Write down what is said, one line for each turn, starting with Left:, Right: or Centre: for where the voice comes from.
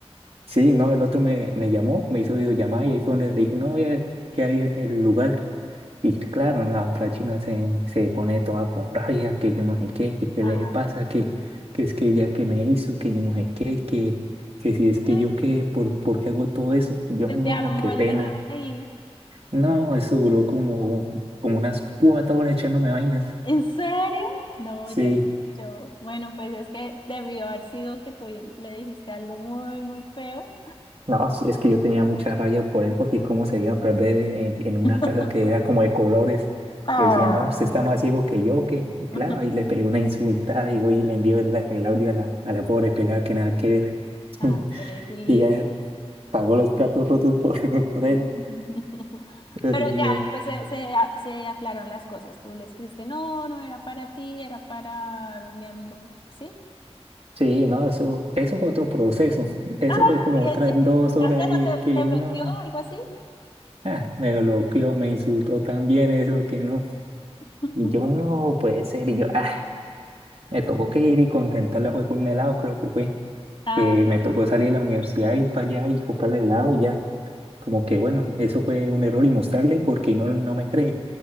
Right: Sí, no, el otro me, me llamó, me hizo videollamada y ahí fue donde le dije, no, que ¿qué hay en el lugar? Y claro, la otra china se, se pone toda con rabia, que yo no sé qué, que qué
Left: Ah.
Right: le pasa, que, que es que ella que me hizo, que yo no sé qué, que, que si es que
Left: Ay,
Right: yo qué, por, por qué hago todo eso. Yo
Left: se
Right: no,
Left: te armó
Right: qué
Left: el
Right: pena.
Left: drama ahí.
Right: No, eso duró
Left: <laughs>
Right: como, como unas cuatro horas echándome vainas.
Left: ¿En serio? No,
Right: Sí.
Left: ya, yo, bueno, pues es que debió haber sido que tú le dijiste algo muy, muy feo.
Right: No, sí, es que yo tenía mucha rabia por él porque cómo se iba a perder en, en una
Left: <laughs>
Right: casa que era como de colores.
Left: ah
Right: Y decía, no, usted
Left: no.
Right: está más ciego que yo, que Y
Left: <laughs>
Right: claro, ahí le pegué una insulta y hoy le envió el, el audio a la, a la pobre pelada que nada que ver.
Left: Ah,
Right: <laughs>
Left: sí.
Right: Y ya pagó los platos rotos por, <laughs> por
Left: <laughs>
Right: él. Ay,
Left: Pero
Right: no.
Left: ya después se, se, a- se aclararon las cosas. Tú le escribiste, no, no era para ti, era para mi amigo, ¿sí?
Right: Sí, no, eso, eso fue otro proceso. Eso
Left: Ay,
Right: fue como otras
Left: ya, ya.
Right: dos horas
Left: ¿Antes
Right: y
Left: no te,
Right: que
Left: te
Right: no.
Left: bloqueó o algo así?
Right: Ah, me bloqueó, me insultó también eso que no.
Left: <laughs>
Right: Y yo no puede ser. Y yo, ah. Me tocó que ir y contentarla fue con un helado, creo que fue,
Left: Ah,
Right: que me tocó salir de la universidad, ir para allá y comprarle helado y ya. Como que bueno, eso fue un error y mostrarle porque no, no me cree.